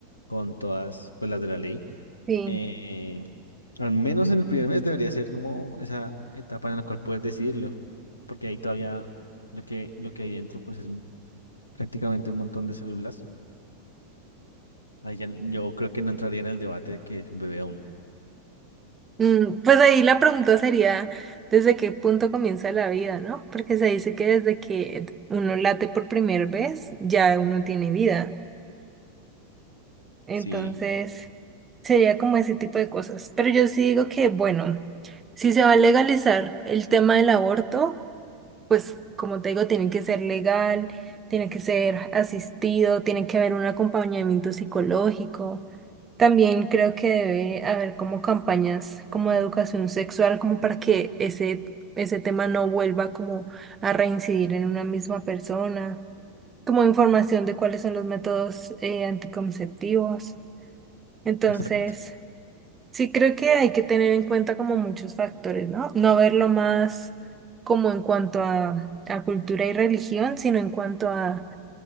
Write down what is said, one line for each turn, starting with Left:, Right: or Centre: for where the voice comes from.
Left: con todas pues las de la ley.
Right: Sí.
Left: eh, Al menos en el primer mes debería ser como esa etapa en la cual puedes decidirlo, porque ahí todavía lo que, lo que hay dentro pues es un- prácticamente un montón de células. Ahí ya, n- yo creo que no entraría en el debate de que es un bebé aún.
Right: Mm, Pues ahí la pregunta sería, ¿desde qué punto comienza la vida, no? Porque se dice que desde que uno late por primera vez, ya uno tiene vida. Entonces,
Left: Sí,
Right: sería como ese tipo de cosas. Pero yo sí digo que, bueno, si se va a legalizar el tema del aborto, pues como te digo, tienen que ser legal, tienen que ser asistido, tienen que haber un acompañamiento psicológico. También creo que debe haber como campañas como de educación sexual, como para que ese, ese tema no vuelva como a reincidir en una misma persona, como información de cuáles son los métodos eh, anticonceptivos. Entonces...
Left: exacto.
Right: Sí, creo que hay que tener en cuenta como muchos factores, ¿no? No verlo más como en cuanto a, a cultura y religión, sino en cuanto a